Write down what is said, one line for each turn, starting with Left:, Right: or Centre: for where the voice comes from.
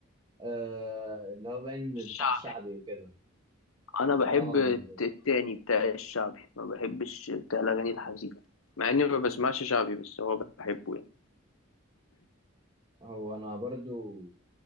Right: آه اللي هو باين
Left: الشعبي
Right: بتاع الشعبي وكده
Left: انا بحب
Right: اه
Left: الت-
Right: بالظبط
Left: التاني بتاع الشعبي ما بحبش بتاع الاغاني الحزينة مع اني ما بسمعش شعبي بس هو بحبه يعني
Right: هو انا برضو